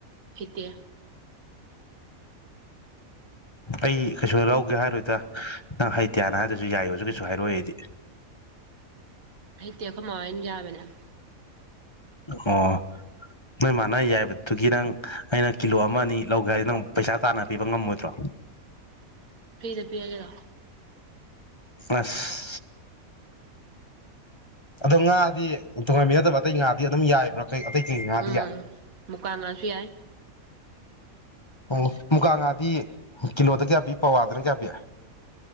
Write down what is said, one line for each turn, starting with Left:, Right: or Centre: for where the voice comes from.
Right: ꯍꯩꯇꯦ
Left: ꯑꯩ ꯀꯩꯁꯨ ꯂꯧꯒꯦ ꯍꯥꯏꯔꯣꯏꯗ ꯅꯪ ꯍꯩꯇ꯭ꯌꯥꯅ ꯍꯥꯏꯔꯁꯨ ꯌꯥꯏꯌꯣꯁꯨ ꯀꯩꯁꯨ ꯍꯥꯏꯔꯛꯑꯣ ꯑꯩꯗꯤ
Right: ꯍꯩꯇꯤ ꯑꯩꯈꯣꯏꯃ ꯑꯩꯅ ꯌꯥꯕꯅꯦꯅ
Left: ꯑꯣ ꯅꯣꯏ ꯃꯥꯥꯟꯅ ꯌꯥꯏꯕꯗꯨꯒꯤ ꯅꯪ ꯑꯩꯅ ꯀꯤꯂꯣ ꯑꯃ ꯑꯅꯤ ꯂꯧꯒꯦ ꯍꯥꯏꯗꯤ ꯅꯪ ꯄꯩꯁꯥ ꯇꯥꯅ ꯄꯤꯕ ꯉꯝꯃꯣꯏꯗ꯭ꯔꯣ
Right: ꯐꯤꯔꯤꯗ ꯄꯤꯔꯒꯦꯔꯥ ꯂꯣ
Left: ꯑꯁ ꯑꯗꯣ ꯉꯥꯗꯤ ꯇꯣꯡꯉꯟꯕꯤ ꯅꯗꯕ ꯑꯇꯩ ꯉꯥꯗꯤ ꯑꯗꯨꯝ ꯌꯥꯏꯕ꯭ꯔꯥ ꯑꯇꯩ ꯑꯇꯩ ꯀ ꯉꯗꯌꯥ
Right: ꯎꯝ ꯃꯨꯀꯥ ꯉꯥꯁꯨ ꯌꯥꯏ
Left: ꯑꯣ ꯃꯨꯒꯥ ꯉꯥꯗꯤ ꯀꯤꯂꯣꯗ ꯀꯌꯥ ꯄꯤ ꯄꯋꯥꯗꯅ ꯀꯌꯥ ꯄꯤ